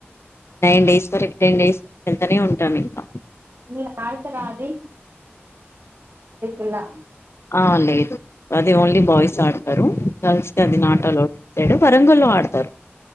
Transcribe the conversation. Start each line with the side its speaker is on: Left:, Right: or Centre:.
Left: నైన్ డేస్ వరకు టెన్ డేస్ వెళ్తనే ఉంటాం ఇంకా
Right: మీరు ఆడతారా అది ఇల్లా
Left: ఆ లేదు. అది ఓన్లీ బాయ్స్ ఆడతరు. కలిస్తే అది నాటలౌడ్ సైడు వరంగల్లో ఆడతరు.